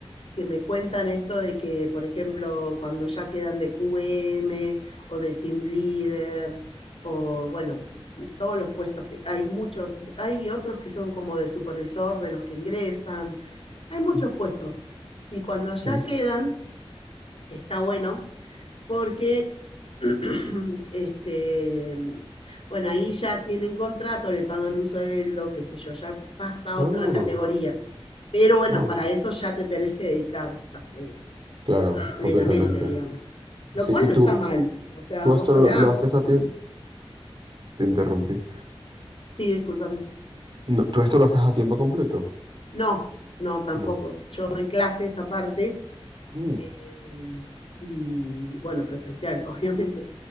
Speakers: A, on the left; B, on the right.
A: que me cuentan esto de que, por ejemplo, cuando ya quedan de QM o de team leader o bueno, todos los puestos que hay muchos, hay otros que son como de supervisor de los que ingresan, hay muchos
B: sí,
A: puestos y cuando
B: sí.
A: ya quedan, está bueno porque, <clears throat> <coughs> este, bueno, ahí ya tienen contrato, le pagan un sueldo, qué sé yo, ya pasa a
B: Ah,
A: otra categoría. Pero bueno,
B: wow,
A: para eso ya te tenés que dedicar eh,
B: claro,
A: plenamente,
B: completamente.
A: digamos. Lo
B: Sí,
A: cual
B: ¿y
A: no
B: tú,
A: está mal. O sea,
B: tú
A: ojalá.
B: esto lo, lo haces a ti? Te interrumpí.
A: Sí, discúlpame.
B: No, ¿tú esto lo haces a tiempo completo?
A: No, no, tampoco.
B: No.
A: Yo doy clases aparte
B: Mm,
A: eh, y, bueno, presencial, <laughs> obviamente.